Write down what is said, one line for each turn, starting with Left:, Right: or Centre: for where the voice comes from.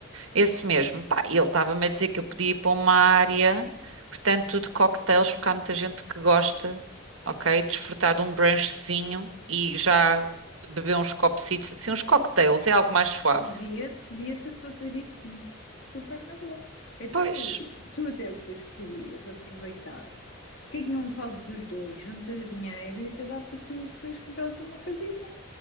Right: Esse mesmo. Pá, e ele estava-me a dizer que eu podia ir para uma área, portanto, de cocktails, porque há muita gente que gosta, ok? Desfrutar de um brunchzinho e já beber uns copecitos, assim, uns cocktails, é algo mais suave.
Left: via-te, via-te a fazer isso super na boa. Então,
Right: Pois,
Left: e tu até depois podias aproveitar. Porquê que não fazes os dois? Juntas dinheiro e até dá para tu depois comprares uma casita,